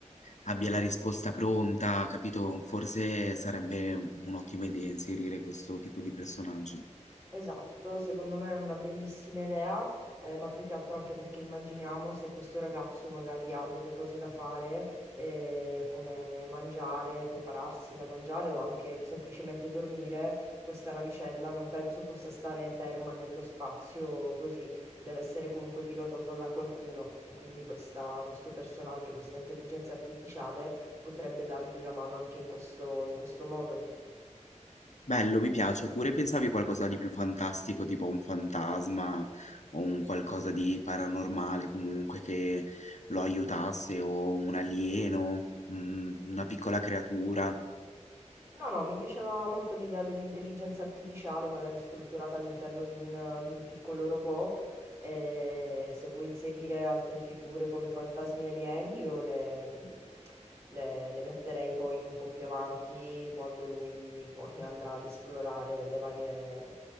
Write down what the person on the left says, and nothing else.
abbia la risposta pronta, capito? Forse sarebbe un'ottima idea inserire questo tipo di personaggio.
Bello, mi piace. Oppure pensavi qualcosa di più fantastico, tipo un fantasma o un qualcosa di paranormale comunque che lo aiutasse o un alieno, un- una piccola creatura.